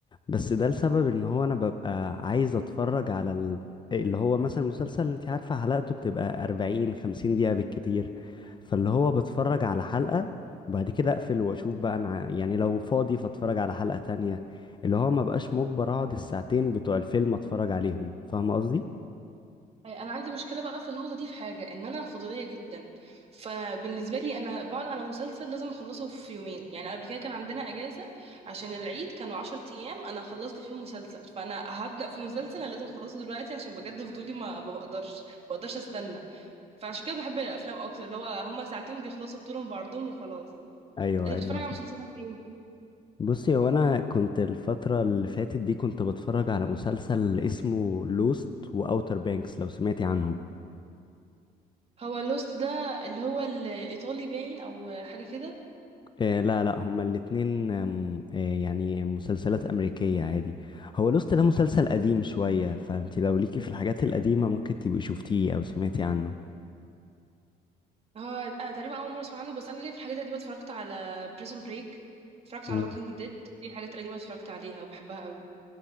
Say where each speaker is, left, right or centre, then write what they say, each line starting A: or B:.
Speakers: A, on the left; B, on the right.
A: بس ده لسبب ان هو انا ببقى عايز اتفرج على ال... اللي هو مثلا مسلسل انت عارفة حلقته بتبقى 40 50 دقيقة بالكتير فاللي هو بتفرج على حلقة وبعد كده اقفل واشوف بقى انا ع- يعني لو فاضي فاتفرج على حلقة تانية اللي هو ما بقاش مجبر اقعد الساعتين بتوع الفيلم اتفرج عليهم فاهم قصدي
B: أي، انا عندي مشكلة بقى في النقطة دي في حاجة ان انا فضولية جدا فبالنسبة لي انا بقعد على مسلسل لازم اخلصه في يومين يعني قبل كده كان عندنا اجازة عشان العيد كانوا عشر ايام انا خلصت فيهم مسلسل فانا هبدأ في مسلسل انا لازم اخلصه دلوقتي عشان بجد فضولي ما ما بقدرش ما بقدرش استنى فعشان كده بحب الافلام اكتر اللي هو هما ساعتين بيخلصوا بطولهم بعرضهم وخلاص
A: ايوه
B: انت
A: ايوه
B: بتتفرج
A: فاهم
B: على مسلسلات ايه
A: بصي هو انا كنت الفترة اللي فاتت دي كنت بتفرج على مسلسل اسمه لوست واوتر بانكس لو سمعتي عنهم
B: هو لوست ده اللي هو الايطالي باين او حاجه كده
A: آه لا لا هما الاتنين آم، آه يعني مسلسلات أمريكية عادي هو لوست ده مسلسل قديم شوية فانت لو ليكي في الحاجات القديمة ممكن تبقي شفتيه أو سمعتي عنه
B: هو آه تقريبا اول مره اسمع عنه بس انا ليه في الحاجات القديمه اتفرجت على بريزون بريك اتفرجت
A: مم.
B: على ووكينج ديد دي الحاجات القديمه اتفرجت عليها وبحبها قوي